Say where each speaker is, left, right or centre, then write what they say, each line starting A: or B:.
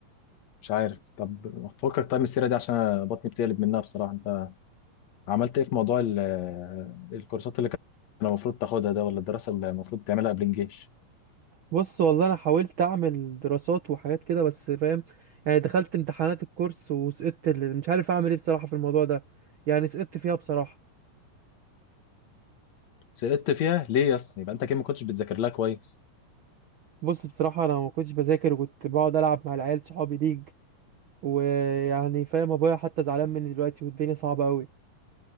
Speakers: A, on the left; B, on the right.
A: مش عارف طب فكك طيب من السيره دي عشان أنا بطني بتقلب منها بصراحه انت عملت ايه في موضوع ال- الكورسات اللي كان المفروض تاخدها ده ولا الدراسه اللي المفروض تعملها قبل الجيش
B: بص والله انا حاولت اعمل دراسات وحاجات كده بس فاهم يعني دخلت امتحانات الكورس وسقطت ال- مش عارف اعمل ايه بصراحة في الموضوع ده يعني سقطت فيها بصراحة
A: سقطت فيها ليه يا اسطى يبقى انت كده ما كنتش بتذاكر لها كويس
B: بص بصراحة انا ما كنتش بذاكر وكنت بقعد العب مع العيال صحابي ليج ويعني فاهم ابويا حتى زعلان مني دلوقتي والدنيا صعبة قوي